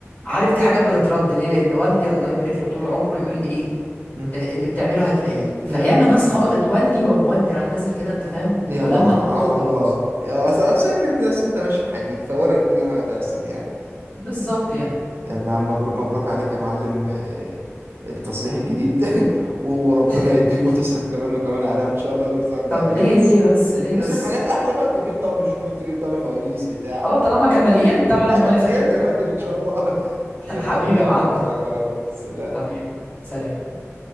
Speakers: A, on the left (about 35°); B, on the right (about 50°).
A: عارف دي حاجات بتترد ليه لان والدي الله يبارك له طول عمره يقول لي ايه
B: مم.
A: آه، اللي بتعمله هتلاقيه فياما
B: مم.
A: ناس خبطت والدي ووالدي راح نازل كده انت فاهم
B: يلا
A: ولم
B: ع-
A: الموضوع
B: على
A: وخلاص
B: الله يا اصل أصل كده كده اصل انت ماشي في حديد فوارد كل حاجه هتحصل يعني
A: بالظبط يعني
B: يلا يا عم مبروك مبروك عليك يا معلم آه، التصليح الجديد <laughs> و- وربنا
A: <laughs>
B: يديك وتصرف كمان وكمان عليها ان شاء الله ويرزقك بعربية
A: طب ليه
B: احسن
A: ليه بس ليه
B: تصرف
A: بس
B: حاجات احلى بقى تجيب طقم جنود تجيب طقم فوانيس بتاع
A: اه طالما كماليات
B: ترتيب
A: طب انا
B: لا
A: موافق
B: كماليات
A: طالما
B: يا فندم
A: كماليات
B: ان شاء
A: انا موافق
B: الله <laughs>
A: <laughs>
B: يلا
A: حبيبي
B: ربنا
A: يا معلم
B: يوفقك يا رب سلام
A: حبيبي سلام يا ريس.